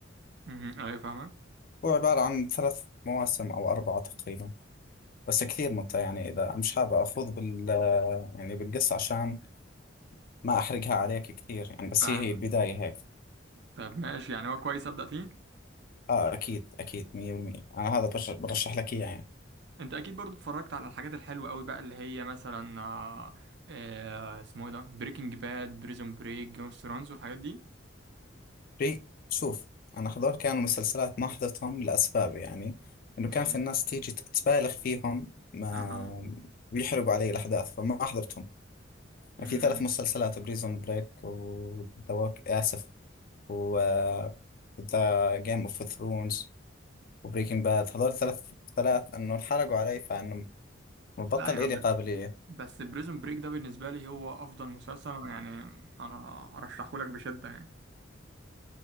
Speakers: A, on the right; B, on the left.
A: امم ايوه فاهمك
B: هو عبارة عن ثلاث مواسم أو أربعة تقريبا بس كثير ممتع يعني إذا مش حابب أخوض بال يعني بالقصة عشان ما أحرقها عليك كثير يعني بس
A: فاهمك
B: هي هي بداية هيك
A: طب ماشي يعني هو كويس ابدا فيه
B: آه أكيد أكيد مية بالمية أنا هذا برش- برشح لك إياه يعني
A: انت اكيد برضو اتفرجت على الحاجات الحلوه قوي بقى اللي هي مثلا آه آه اسمه ايه ده بريكنج باد بريزون بريك جيم اوف ثرونز والحاجات دي
B: في شوف أنا هذول كانوا مسلسلات ما حضرتهم لأسباب يعني إنه
A: يعني،
B: كانت الناس تيجي تبالغ فيهم ما
A: اها
B: ويحرقوا علي الأحداث فما حضرتهم
A: امم
B: في ثلاث مسلسلات بريزون بريك وذا ووك آسف و ذا جيم اوف ثرونز وبريكنج باد هذول ثلاث ثلاث انه انحرقوا علي فانه مبطل
A: لا يا عم
B: إلي قابلية
A: بس بريزون بريك ده بالنسبة لي هو أفضل مسلسل أنا يعني أنا أرشحه لك بشدة يعني